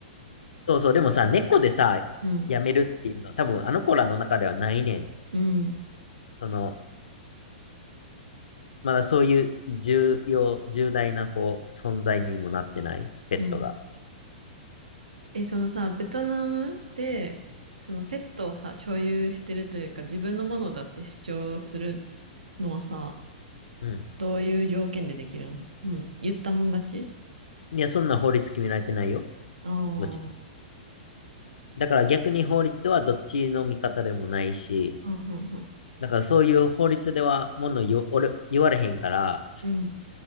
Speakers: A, on the left; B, on the right.
A: そうそう、でもさ、猫でさ、
B: うん。
A: 辞めるっていうのは多分あの子らの中ではないねん。
B: うん。
A: その、まだそういう重要、重大なこう存在にもなってない、ペットが。
B: うん。え、そのさ、ベトナムで、そのペットをさ、所有してるというか、自分のものだって主張するのはさ、
A: うん。
B: どういう条件でできるのうん、言ったもん勝ち
A: いや、そんな法律決められてないよ。
B: ああ
A: もちろん。だから逆に法律はどっちの味方でもないし、
B: うん、うん、
A: だからそういう法律ではもの言わ言われへんから、
B: うん。